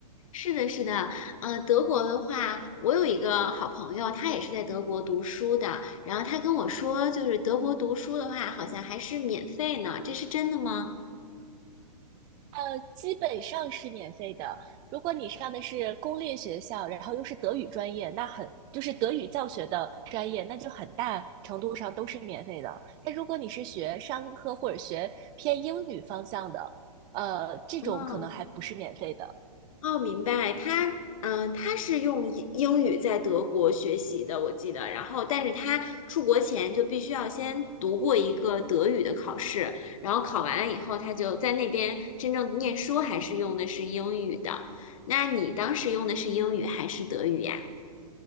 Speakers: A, on the left; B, on the right.
A: 是的，是的，呃，德国的话，我有一个好朋友，他也是在德国读书的，然后他跟我说，就是德国读书的话，好像还是免费呢，这是真的吗？
B: 呃，基本上是免费的。如果你上的是公立学校，然后又是德语专业，那很，就是德语教学的专业，那就很大程度上都是免费的。但如果你是学商科或者学偏英语方向的，呃，这种可能还不是免费的。
A: 嗯，哦，明白，他，嗯、他是用英英语在德国学习的，我记得，然后，但是他出国前就必须要先读过一个德语的考试，然后考完了以后，他就在那边真正念书，还是用的是英语的。那你当时用的是英语还是德语呀？